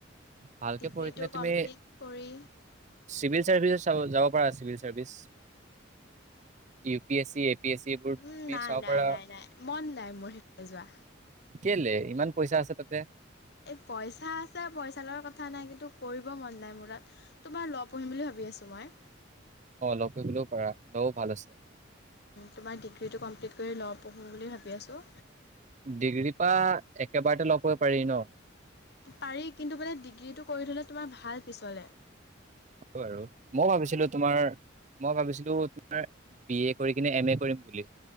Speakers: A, on the right; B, on the left.
A: ভালকে
B: ডিগ্ৰীটো
A: পঢ়ি কিনে তুমি
B: কমপ্লিট কৰি,
A: চিভিল -চাৰ্ভিচ এ', চাব যাব পাৰা civil- -service U P -S C -A P S C এইবোৰ
B: উম',
A: তুমি
B: -নাই
A: চাব
B: -নাই
A: পাৰা
B: -নাই-নাই মন-নাই মোৰ সেফালে যোৱা।
A: কেলে ইমান পইচা আছে তাতে
B: পইচা আছে, পইচা লগত কথা, কথা নাই কিন্তু কৰিব মন নাই মোৰাত, তোমাৰ লঃ পঢ়িম বুলি ভাবি আছোঁ মই।
A: ল -কৰিবলৈও পাৰা। ল-ভাল আছে।
B: তোমাৰ ডিগ্ৰীটো কমপ্লিট কৰি লঃ পঢ়োঁ বুলি ভাবি আছোঁ।
A: ডিগ্ৰীৰ পৰা একেবাৰতে লঃ পাৰি ন?
B: পাৰি কিন্তু মানে ডিগ্ৰীটো কৰি থলে তোমাৰ ভাল পিছলৈ।
A: বাৰু, মই ভাবিছিলো তোমাৰ-মই ভাবিছিলো তোমাৰ বি এ কৰি কিনে এম এ কৰিম বুলি